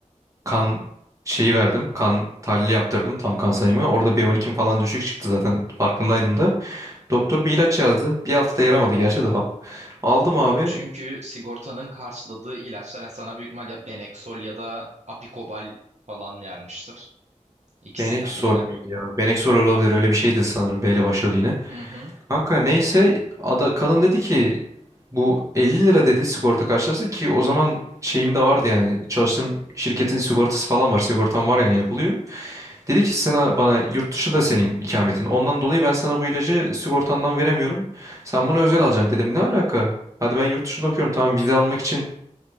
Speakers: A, on the right; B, on the right.
A: kan şeyi verdim. Kan tahlili yaptırdım tam kan sayımı. Orada B12'm falan düşük çıktı zaten farkındaydım da. Doktor bir ilaç yazdı. Bir altı da yaramadı gerçi de hap. Aldım
B: O
A: abi.
B: çünkü sigortanın karşıladığı ilaçlar yani sana büyük ihtimal ya Benexol ya da Apikobal falan vermiştir. İkisinden
A: Benekzor
B: birine.
A: muydu ya? Benekzor olabilir. Öyle bir şeydi sanırım. B ile başladı yine.
B: Hı hı.
A: Kanka neyse ada, kadın dedi ki bu 50 lira dedi sigorta karşılaştı ki o zaman şeyim de vardı yani çalıştığım şirketin sigortası falan var. Sigortam var yani yapılıyor. Dedi ki sana bana yurt dışında senin ikametin. Ondan dolayı ben sana bu ilacı sigortandan veremiyorum. Sen bunu özel alacaksın dedim. Ne alaka? Hadi ben yurt dışında okuyorum. Tamam vize almak için